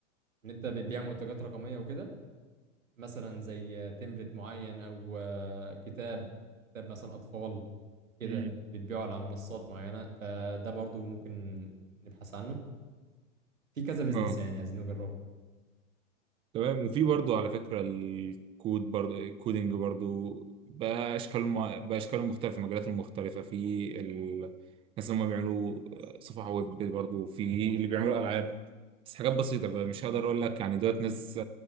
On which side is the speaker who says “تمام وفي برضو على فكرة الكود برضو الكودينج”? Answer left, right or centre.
Right